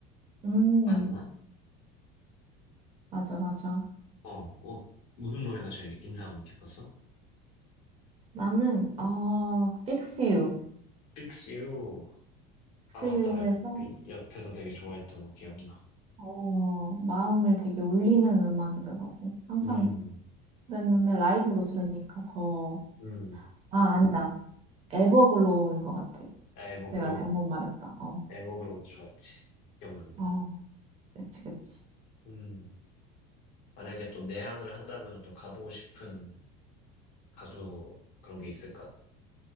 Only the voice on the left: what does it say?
맞나?
어, 어, 무슨 노래가 제일 인상 깊었어?
Fix You.
아, 맞다.
그 옆에서 되게 좋아했던 거 기억나.
음,
음,
에버글로우.
에버글로우도 좋았지. 기억난다.
음, 만약에 또 내한을 한다면 또 가보고 싶은 가수 그런 게 있을까?